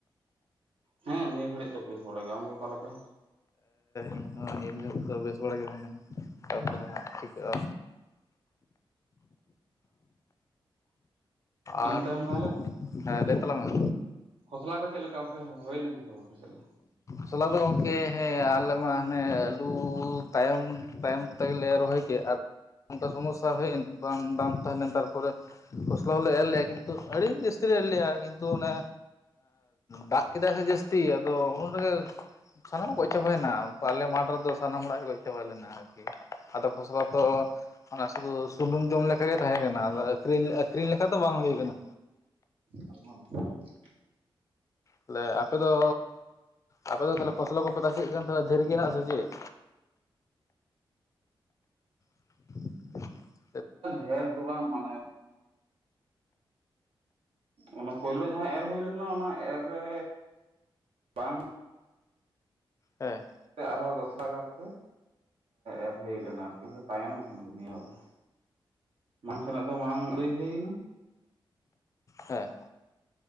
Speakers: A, on the right; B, on the left.
A: ᱦᱮᱸ ᱱᱤᱭᱟᱹ ᱜᱷᱟᱹᱲᱤᱡ ᱫᱚ ᱵᱮᱥ ᱵᱟᱲᱟ ᱜᱮ ᱟᱢᱜᱮ ᱚᱠᱟ ᱞᱮᱠᱟ
B: ᱤᱧᱦᱚᱸ ᱱᱤᱭᱟᱹ ᱜᱷᱟᱹᱲᱤᱡ ᱫᱚ ᱵᱮᱥ ᱵᱟᱲᱟ ᱜᱮ ᱢᱤᱱᱟᱹᱧᱟ ᱛᱟᱨᱯᱚᱨᱮ ᱦᱟᱸᱜ ᱪᱤᱠᱟᱹᱜᱼᱟ
A: ᱤᱱᱟᱹ
B: ᱟᱨ
A: ᱛᱟᱭᱚᱢ ᱛᱟᱦᱚᱞᱮ
B: ᱦᱮᱸ ᱞᱟᱹᱭ ᱛᱟᱞᱟᱝ ᱢᱮ
A: ᱠᱷᱚᱥᱞᱟ ᱠᱚ ᱪᱮᱫ ᱞᱮᱠᱟ ᱚᱱᱛᱮ ᱦᱩᱭ ᱞᱮᱱᱟ ᱥᱮ ᱟᱯᱮ ᱥᱮᱫ ᱫᱚ
B: ᱠᱷᱚᱥᱚᱞᱟ ᱫᱚ ᱜᱚᱝᱠᱮ ᱦᱮᱸ ᱟᱞᱮ ᱢᱟ ᱦᱟᱱᱮ ᱟᱹᱞᱩ ᱛᱟᱭᱚᱢ ᱛᱟᱭᱚᱢ ᱛᱮᱜᱮ ᱞᱮ ᱨᱚᱦᱚᱭ ᱠᱮᱫ ᱟᱨ ᱚᱱᱠᱟ ᱥᱚᱢᱚᱥᱥᱟ ᱦᱮᱡ ᱮᱱ ᱵᱟᱝ ᱵᱟᱝ ᱛᱟᱦᱮᱸ ᱞᱮᱱ ᱛᱟᱨᱯᱚᱨᱮ ᱯᱷᱚᱥᱞᱟ ᱦᱚᱸᱞᱮ ᱮᱨ ᱞᱮᱜ ᱟ ᱠᱤᱱᱛᱩ ᱟᱹᱰᱤ ᱡᱟᱹᱥᱛᱤ ᱞᱮ ᱮᱨ ᱞᱮᱜ ᱟ ᱠᱤᱱᱛᱩ ᱚᱱᱮ ᱫᱟᱜ ᱠᱮᱫᱟᱭ ᱥᱮ ᱡᱟᱹᱥᱛᱤ ᱟᱫᱚ ᱩᱱ ᱨᱮᱜᱮ ᱥᱟᱱᱟᱢᱟᱜ ᱜᱚᱡ ᱪᱟᱵᱟᱭᱱᱟ ᱟᱞᱮ ᱢᱟᱴᱷ ᱨᱮᱫᱚ ᱥᱟᱱᱟᱢ ᱦᱚᱲᱟᱜ ᱜᱚᱡ ᱪᱟᱵᱟ ᱞᱮᱱᱟ ᱟᱨᱠᱤ ᱟᱫᱚ ᱠᱷᱚᱥᱞᱟ ᱫᱚ ᱚᱱᱟ ᱥᱩᱫᱩ ᱥᱩᱱᱩᱢ ᱡᱚᱢ ᱞᱮᱠᱟ ᱜᱮ ᱛᱟᱦᱮᱸ ᱠᱟᱱᱟ ᱟᱹᱠᱷᱨᱤᱧ ᱞᱮᱠᱟ ᱫᱚ ᱵᱟᱝ ᱦᱩᱭ ᱟᱠᱟᱱᱟ
A: <unintelligible>
B: ᱛᱟᱦᱞᱮ ᱟᱯᱮ ᱫᱚ ᱟᱯᱮ ᱫᱚ ᱛᱟᱦᱮᱞᱮ ᱯᱷᱚᱥᱚᱞᱮ ᱠᱚᱯᱮ ᱛᱟᱥᱮᱫ ᱫᱷᱮᱨ ᱜᱮᱦᱮ ᱱᱟᱜ-ᱟ ᱥᱮ ᱪᱮᱫ <inaudible>
A: ᱰᱷᱮᱨ ᱫᱚ ᱵᱟᱝ ᱢᱟᱱᱮ ᱚᱱᱟ ᱯᱳᱭᱞᱳ ᱡᱟᱦᱟᱸ ᱮᱨ ᱦᱩᱭ ᱞᱮᱱᱟ ᱚᱱᱟ ᱮᱨ ᱨᱮ ᱵᱟᱝ
B: ᱦᱮᱸ
A: ᱟᱨᱦᱚᱸ ᱫᱚᱥᱨᱟ ᱠᱟᱨ ᱛᱮ ᱮᱨ ᱦᱩᱭ ᱞᱮᱱᱟ ᱟᱨᱠᱤ ᱛᱟᱭᱚᱢ ᱠᱟᱱᱟ ᱫᱚ ᱱᱤᱭᱟᱹ ᱫᱷᱟᱣ ᱫᱚ ᱢᱟᱲᱟᱝ ᱛᱮᱱᱟᱜ ᱫᱚ ᱢᱟᱲᱟᱝ ᱨᱮ ᱦᱩᱭᱱᱟ
B: ᱦᱮᱸ